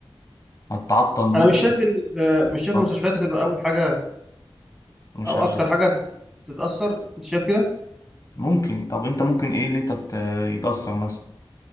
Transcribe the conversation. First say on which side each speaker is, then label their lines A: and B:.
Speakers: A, on the left (about 40°); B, in the centre.
A: هتعطل الناس
B: انا مش شايف ان ال- مش شايف
A: خلاص
B: المستشفيات هتبقى اول حاجه
A: مش
B: او
A: عارف
B: اكتر حاجه تتاثر انت شايف كده
A: ممكن طب انت ممكن ايه اللي انت ت- يتأثر مثلا